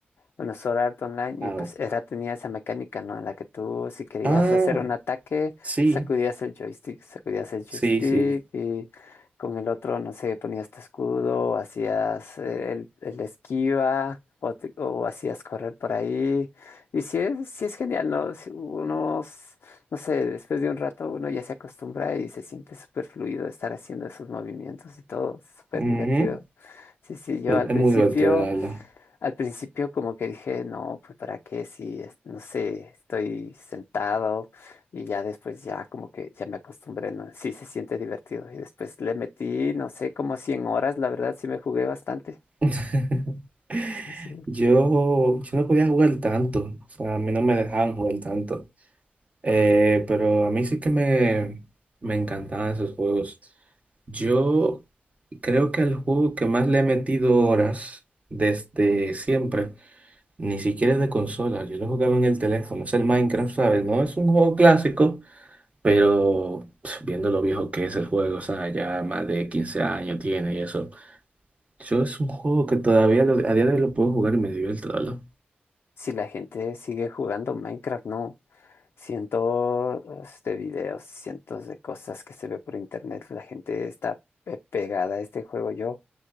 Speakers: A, on the left; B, on the right.
A: Bueno, Sword Art Online,
B: Claro.
A: y pues era, tenía esa mecánica, ¿no? En la que tú, si querías
B: Ah,
A: hacer un ataque,
B: sí,
A: sacudías el joystick, sacudías el joystick
B: sí, sí.
A: y con el otro, no sé, ponías tu escudo, hacías eh, el, el esquiva o, te- o hacías correr por ahí. Y sí es, sí es genial, ¿no? Si Uno, s- no sé, después de un rato uno ya se acostumbra y se siente súper fluido estar haciendo esos movimientos y todo, súper
B: Ujú.
A: divertido. Sí, sí, yo
B: Es
A: al principio.
B: muy divertido, la verdad.
A: Al principio como que dije, no, pues para qué si, es- no sé, estoy sentado y ya después ya como que ya me acostumbré, ¿no? Sí se siente divertido. Y después le metí, no sé, como 100 horas, la verdad sí me jugué bastante.
B: <laughs>
A: Sí, sí.
B: Yo, yo no podía jugar tanto, o sea, a mí no me dejaban jugar tanto, Eh, pero a mí sí que me, me encantaban esos juegos. Yo creo que el juego que más le he metido horas desde siempre, ni siquiera es de consola, yo lo jugaba en el teléfono, es el Minecraft, ¿sabes? No es un juego clásico, pero pf, viendo lo viejo que es el juego, o sea, ya más de 15 años tiene y eso. Yo es un juego que todavía lo- a día de hoy lo puedo jugar y me divierte, la verdad.
A: Si la gente sigue jugando Minecraft, no. Cientos de videos, cientos de cosas que se ve por internet, la gente está pe- pegada a este juego. Yo,